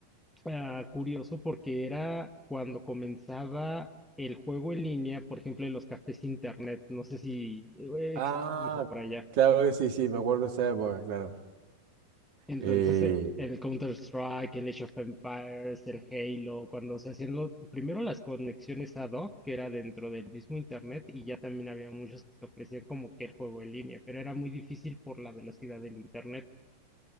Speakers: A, in the centre; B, on the right.
A: Ah, curioso porque era cuando comenzaba el juego en línea, por ejemplo, en los cafés internet, no sé si eh,
B: Ah,
A: existe eso por allá.
B: claro que sí, sí, me acuerdo de esa época, claro.
A: Entonces,
B: Eh,
A: eh, el Counter-Strike, el Age of Empires, el Halo, cuando se hacían lo- primero las conexiones ad hoc, que era dentro del mismo internet, y ya también había muchos que te ofrecían como que el juego en línea, pero era muy difícil por la velocidad del internet.